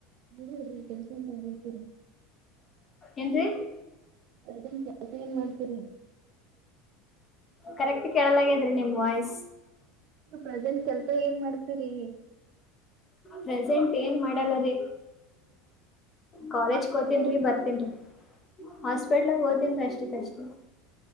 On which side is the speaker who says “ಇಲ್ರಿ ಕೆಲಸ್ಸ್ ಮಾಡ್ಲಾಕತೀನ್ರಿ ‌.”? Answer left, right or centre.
Right